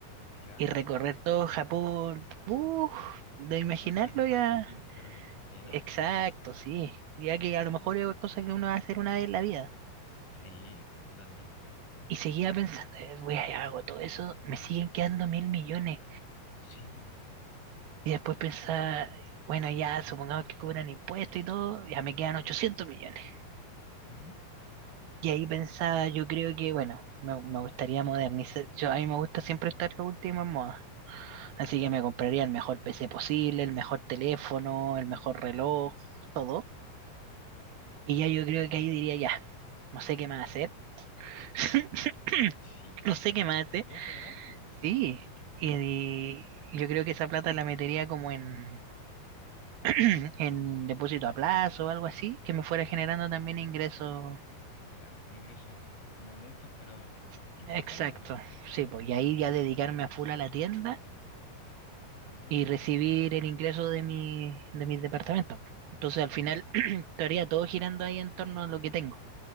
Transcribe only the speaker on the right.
y recorrer todo Japón. Uf, de imaginarlo
ya.
Exacto,
sí. Ya que a lo mejor
es cosa que uno va a hacer una vez en la vida.
Y seguía pensando, "Eh, voy a hago todo eso, me siguen quedando mil millones.
Y después pensaba, bueno, ya supongamos que cobran impuestos y todo, ya me quedan 800 millones.
Y ahí pensaba, yo creo que, bueno, me, me gustaría modernizar. Yo, a mí me gusta siempre estar lo último en moda.
Así que me compraría el mejor P C posible, el mejor teléfono, el mejor reloj, todo. Y ya yo creo que ahí diría, ya, no sé qué más hacer. <laughs>
no sé
qué más
hace.
Sí, y, y yo creo que esa plata la metería como en, <clears throat> en depósito a plazo o algo así, que me fuera generando también ingresos.
Ex-
Exacto,
sí, pues, y ahí
ya dedicarme a full a la tienda
y recibir el ingreso de mi, de mis departamentos. Entonces al final
<clears throat> estaría todo girando ahí en torno a lo que tengo.